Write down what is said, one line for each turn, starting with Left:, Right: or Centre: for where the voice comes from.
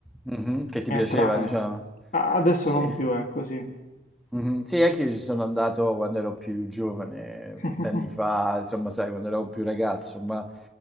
Centre: Mhm, Che
Left: che
Centre: ti
Left: mi
Centre: piaceva,
Left: attrae.
Centre: diciamo.
Left: A- Adesso
Centre: Sì.
Left: non più, è così.
Centre: Mhm. Sì, anche io ci sono andato quando ero più giovane,
Left: <laughs>
Centre: vent'anni fa, insomma, sai, quando ero più ragazzo, ma,